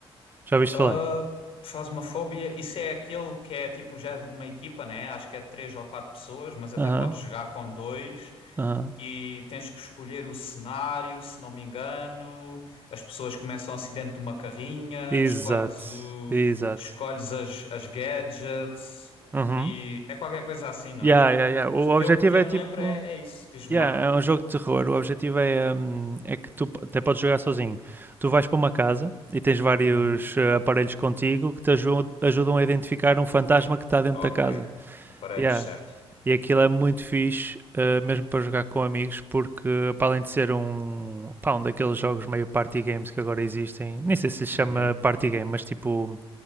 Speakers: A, on the right; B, on the left.
A: Já ouviste
B: Ah,
A: falar?
B: Phasmophobia, isso é aquele que é tipo um género de uma equipa, né? Acho que é três ou quatro pessoas, mas até
A: Aham,
B: podes jogar com dois
A: aham.
B: e tens que escolher o cenário, se não me engano. As pessoas começam assim dentro de uma carrinha,
A: Exato,
B: escolhes o,
A: exato.
B: escolhes as, as gadgets
A: Uhum.
B: e é qualquer coisa assim, não
A: Yeah,
B: é?
A: yeah, yeah. O
B: O
A: objetivo
B: que eu, o que
A: é
B: eu me
A: tipo
B: lembro é, é isso, diz-me
A: Yeah,
B: lá.
A: é um jogo de terror. O objetivo é, hum, é que tu até podes jogar sozinho. Tu vais para uma casa e tens vários
B: Uhum.
A: eh, aparelhos contigo que te aju- ajudam a identificar um fantasma que está dentro
B: Ok.
A: da casa.
B: Aparelhos,
A: Yeah.
B: certo.
A: E aquilo é muito fixe, eh, mesmo para jogar com amigos, porque para além de ser um, pá, um daqueles jogos meio party games que agora existem, nem sei se se chama
B: Uhum.
A: party game, mas tipo